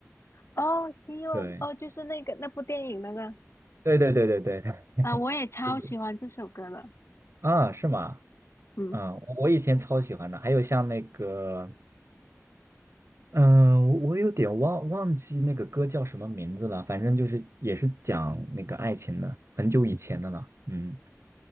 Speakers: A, on the left; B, on the right.
A: 哦，《See You》哦，
B: 对
A: 就是那个那部电影那个。
B: 对对对对对对，<laughs>
A: 啊、我也超喜欢这首歌的。
B: 啊，是吗？
A: 嗯，
B: 嗯，我我以前超喜欢的，还有像那个。嗯，我我有点忘忘记那个歌叫什么名字了，反正就是也是讲那个爱情的，很久以前的了。嗯，